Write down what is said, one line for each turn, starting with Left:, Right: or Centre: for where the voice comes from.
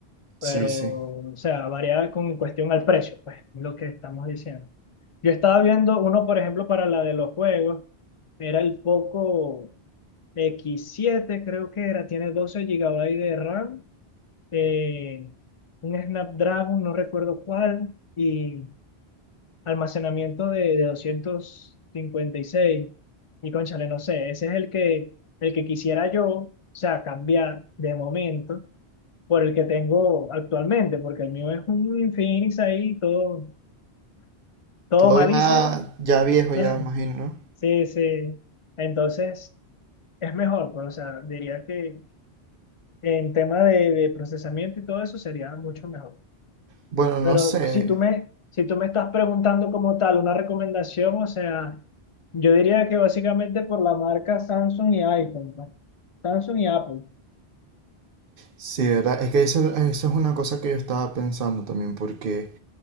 Right: Sí,
Left: pero
Right: sí.
Left: o sea, varía con cuestión al precio, pues es lo que estamos diciendo. Yo estaba viendo uno, por ejemplo, para la de los juegos, era el Poco x siete creo que era, tiene 12 gigabytes de RAM eh, un Snapdragon, no recuerdo cuál, y almacenamiento de, de 256. Y seis. Y cónchale, no sé, ese es el que, el que quisiera yo, o sea, cambiar de momento por el que tengo actualmente, porque el mío es un Infinix ahí, todo, todo
Right: Todo
Left: malísimo.
Right: ya, ya viejo, ya
Left: <laughs>
Right: me imagino, ¿no?
Left: Sí, sí. Entonces, es mejor, pues, o sea, diría que en tema de, de procesamiento y todo eso sería mucho mejor.
Right: Bueno, no
Left: Pero
Right: sé.
Left: si tú me, si tú me estás preguntando como tal una recomendación, o sea, yo diría que básicamente por la marca Samsung y iPhone, pues. Samsung y Apple.
Right: Sí, ¿verdad? Es que eso, eso es una cosa que yo estaba pensando también, porque